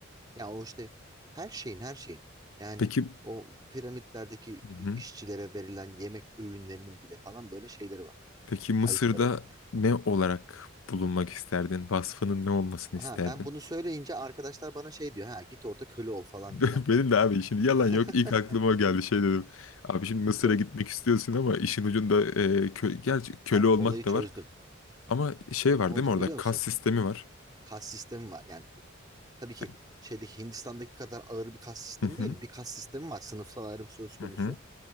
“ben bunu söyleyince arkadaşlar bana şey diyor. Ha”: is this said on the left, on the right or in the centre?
Right